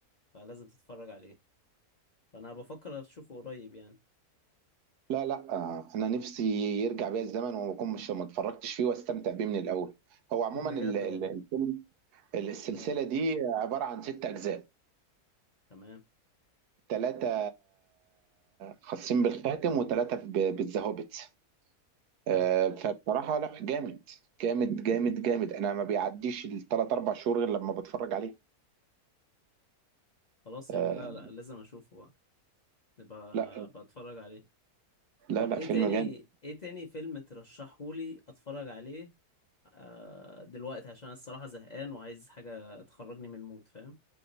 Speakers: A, on the left; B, on the right.
A: فلازم تتفرج عليه فانا بفكر اشوفه قريب يعني
B: لا لا آه انا نفسي يرجع بيا الزمن وما اكون مش ما اتفرجتش فيه واستمتع بيه من الاول هو عموما
A: <laughs> بجد
B: ال- ال-
A: والله
B: الفيلم السلسله
A: اه
B: دي عباره عن ست اجزاء
A: تمام
B: ثلاثه خاصين بالخاتم وثلاثه بالذهبت آه،
A: حلو
B: فبصراحة لا جامد جامد جامد جامد انا ما بيعديش الثلاث اربع شهور غير لما بتفرج عليه
A: خلاص
B: آه،
A: يا عم لا لا لازم اشوفه بقى نبقى
B: لا
A: بتفرج عليه
B: لا
A: طب
B: لا
A: ايه
B: فيلم
A: تاني
B: جامد
A: ايه تاني فيلم ترشحهولي اتفرج عليه آه دلوقتي عشان أنا الصراحة زهقان وعايز حاجة تخرجني من المود فاهم